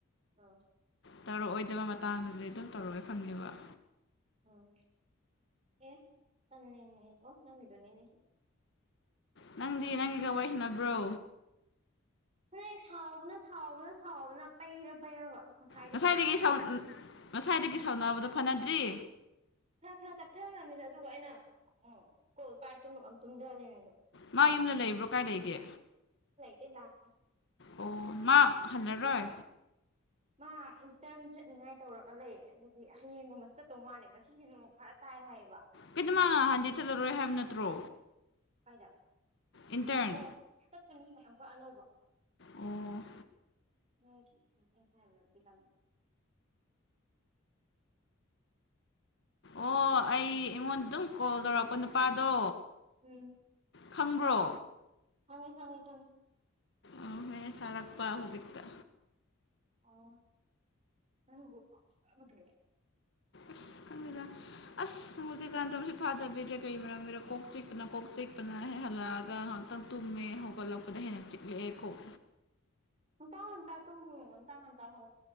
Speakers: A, on the right (about 30°); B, on the left (about 55°).
A: ꯑ
B: ꯇꯥꯔꯛꯑꯣꯏꯗꯕ ꯃꯇꯥꯡꯗꯗꯤ ꯑꯗꯨꯝ <unintelligible>
A: ꯎꯝ ꯑꯦ <unintelligible> ꯅꯪꯒꯤꯗꯣꯅꯤꯅꯦꯁꯤ
B: ꯅꯪꯗꯤ ꯅꯪꯒꯤꯒ ꯋꯥꯔꯤ ꯁꯅꯕ꯭ꯔꯣ
A: <unintelligible> ꯁꯥꯎꯕꯅ ꯁꯥꯎꯕꯅ ꯁꯥꯎꯕꯅ ꯄꯩꯔ ꯄꯩꯔꯒ ꯉꯁꯥꯏꯗꯤ
B: ꯉꯁꯥꯏꯗꯒꯤ
A: ꯀꯟꯅ ꯈꯠꯅꯔ
B: ꯁꯥꯎꯟ ꯉꯁꯥꯏꯗꯒꯤ ꯁꯥꯎꯅꯕꯗꯣ ꯐꯅꯗ꯭ꯔꯤ
A: ꯈꯔ ꯈꯔ ꯇꯞꯊꯈ꯭ꯔꯕꯅꯤꯗ ꯑꯗꯨꯒ ꯑꯩꯅ ꯎꯝ ꯀꯣꯜ ꯄꯥꯔ ꯇꯨꯃꯒ ꯑꯝ ꯇꯨꯝꯗ ꯂꯩꯃꯤꯕ
B: ꯃꯥ ꯌꯨꯝꯗ ꯂꯩꯕ꯭ꯔꯣ ꯀꯥꯏ ꯂꯩꯒꯦ
A: ꯑꯦ <unintelligible>
B: ꯑꯣ ꯃꯥ ꯍꯜꯂꯔꯣꯏ
A: ꯃꯥ ꯏꯟꯇꯔꯟ ꯆꯠꯅꯤꯡꯉꯥꯏ ꯇꯧꯔꯒ ꯂꯩ ꯑꯗꯨꯒꯤ ꯍꯌꯦꯡꯒꯨꯝꯕ ꯆꯠꯇꯧ ꯃꯥꯜꯂꯦ ꯉꯁꯤꯁꯦ ꯅꯣꯡ ꯈꯔ ꯇ ꯇꯥꯏ ꯍꯥꯏꯕ
B: <unintelligible> ꯉꯍꯥꯟꯗꯤ ꯆꯠꯂꯔꯣꯏ ꯍꯥꯏꯕ ꯅꯠꯇ꯭ꯔꯣ
A: ꯀꯥꯏꯗ
B: ꯏꯟꯇꯔꯟ
A: ꯑꯣ ꯆꯠꯇꯅꯤ ꯑꯃꯨꯛꯀ ꯑꯅꯧꯕ꯫
B: ꯑꯣ
A: ꯃꯤꯒꯤ <unintelligible> ꯂꯝꯕꯤ
B: ꯑꯣ ꯑꯩ ꯑꯩꯉꯣꯟꯗ ꯗꯨꯝ ꯀꯣꯜ ꯇꯧꯔꯛꯄ ꯅꯨꯄꯥꯗꯣ
A: ꯎꯝ
B: ꯈꯪꯕ꯭ꯔꯣ
A: ꯈꯪꯉꯦ ꯈꯪꯉꯦ ꯈꯪꯉꯦ
B: ꯑ <unintelligible> ꯁꯥꯔꯛꯄ ꯍꯨꯖꯤꯛꯇ꯫
A: ꯑꯣ ꯅꯪꯕꯨ ꯉꯥꯎꯖꯕꯗꯨꯔꯥ
B: ꯑꯁ ꯈꯪꯗꯦꯗ ꯑꯁ ꯍꯧꯖꯤꯛꯀꯥꯟꯗ <unintelligible> ꯀꯩ ꯃꯔꯝꯒꯤꯔꯣ ꯀꯣꯛ ꯆꯤꯛꯄꯅ ꯀꯣꯛ ꯆꯤꯛꯄꯅ ꯍꯦꯛ ꯍꯜꯂꯛꯑꯒ ꯇꯪ ꯇꯨꯝꯃꯦ ꯍꯧꯒꯠꯂꯛꯄꯗ ꯍꯦꯟꯅ ꯆꯤꯛꯂꯛꯑꯦ ꯀꯣꯛ꯫
A: ꯉꯟꯇꯥ ꯉꯟꯇꯥ ꯇꯨꯝꯃꯣ ꯉꯟꯇꯥ ꯉꯟꯇꯥ ꯍꯧ